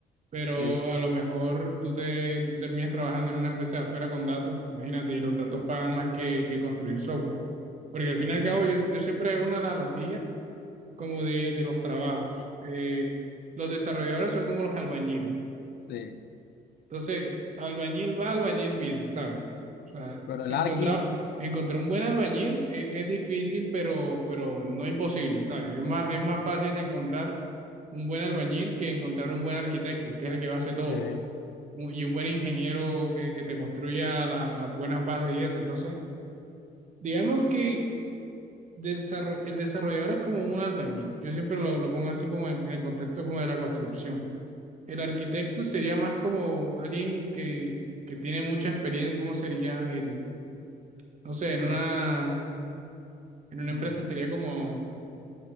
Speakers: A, on the right; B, on the left.
A: pero
B: Sí,
A: a lo mejor tú, te, tú terminas trabajando en una empresa de afuera con datos, imagínate, y los datos pagan más que, que construir software. Porque al
B: Eso
A: fin y al
B: es
A: cabo
B: verdad.
A: yo, yo siempre hago una analogía como de, de los trabajos. Eh, los desarrolladores son como los albañiles.
B: Sí.
A: Entonces, albañil va, albañil viene, ¿sabes? O sea,
B: Pero el
A: encontrar,
B: Arqui,
A: encontrar un buen albañil es, es difícil, pero, pero no imposible, ¿sabes? Es más, es más fácil encontrar un buen albañil que encontrar un buen arquitecto, que es el que va a hacer todo
B: sí.
A: un- y un buen ingeniero que, que te construya la- las buenas bases y eso. Entonces, digamos que desarro- el desarrollador es como un albañil. Yo siempre lo, lo pongo así como en, en el contexto como de la construcción. El arquitecto sería más como alguien que, que tiene mucha experiencia, ¿cómo sería el, no sé, en una,
B: bueno,
A: en una
B: mm,
A: empresa sería como,